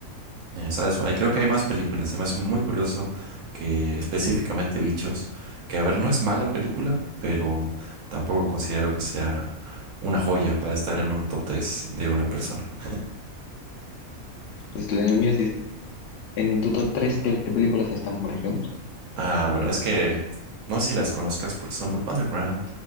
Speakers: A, on the right (about 70°); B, on the left (about 65°).
A: Eh, ¿Sabes? Ahí creo que hay más películas. Se me hace muy curioso que específicamente Bichos, que a ver, no es mala película, pero tampoco considero que sea una joya para estar en un top 3 de una persona.
B: Pues en el mío sí está. En tu top 3, ¿qué, qué películas están, por ejemplo?
A: Ah, bueno, es que no sé si las conozcas porque son muy underground,